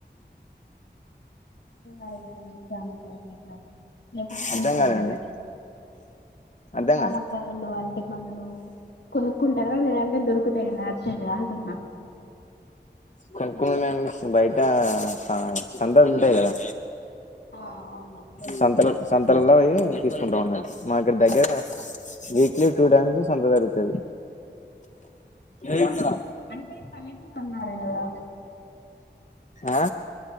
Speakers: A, on the left (about 70°); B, on the left (about 40°).
A: అరటి పండు దానిమ్మకాయ అట్లా లేకపోతే
B: అర్ధం
A: కొనుక్కుంటారా.
B: కాలేండి అర్ధం
A: జామకాయలు,
B: కాలే
A: అరటి పండ్లు కొను- కొంటారా లేదంటే దొరుకుతాయ నాచురల్ గా అంటున్నా.
B: కొనుక్కునుడే అండి. బయట స సంతలు ఉంటయి కాదా.
A: ఆ అవును
B: సంత- సంతలలో పోయి తీసుకుంటాం అన్నట్టు. మా దగ్గర వీక్లీ టూ టైమ్స్ సంత జరుగుతది. ఏమా
A: అంటే పల్లెటూరు అన్నారు కదా
B: ఆ